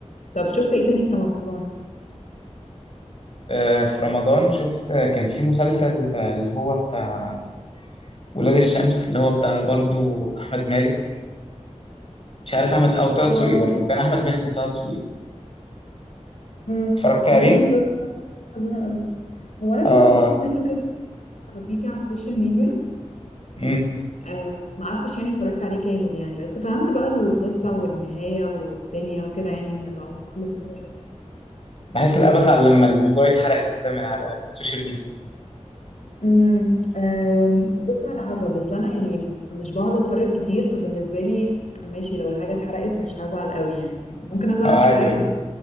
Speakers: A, on the left; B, on the left.
A: طب شفت ايه تاني في رمضان
B: آه، في رمضان شفت آه، كان في مسلسل آه، اللي هو بتاع ولاد الشمس اللي هو بتاع برضو احمد مالك مش عارف احمد او طه
A: اه
B: دسوقي برضو كان احمد مالك وطه دسوقي
A: مم.
B: اتفرجت عليه
A: نهاية المسلسل ده حزينة قوي هو انا
B: اه
A: كنت بشوف منه كده خطيفي على السوشيال ميديا
B: امم
A: آه ما قعدتش يعني اتفرجت عليه كامل يعني بس فهمت بقى القصة والنهاية والدنيا وكده يعني من اللقطات اللي كنت بشوفها
B: بحس لا بزعل لما الموضوع يتحرق لي كده من على السوشيال ميديا
A: امم آم، بص على حسب اصل انا يعني مش بقعد اتفرج كتير فبالنسبة لي ماشي لو الحاجة اتحرقت مش هزعل قوي يعني ممكن ازعل
B: او عادي
A: شوية
B: يعني.
A: بس